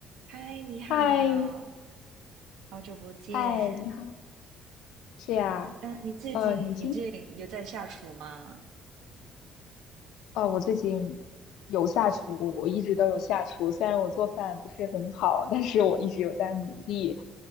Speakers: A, on the right; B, on the left.
A: 嗨，你好，
B: 嗨，
A: 好久不见。
B: 嗨，你好，是呀，
A: 嗯、你最近你最近有在下厨吗？
B: 呃，你今天，哦，我最近有下厨，我一直都有下厨，虽然我做饭不是很好，但是我一直有在努力。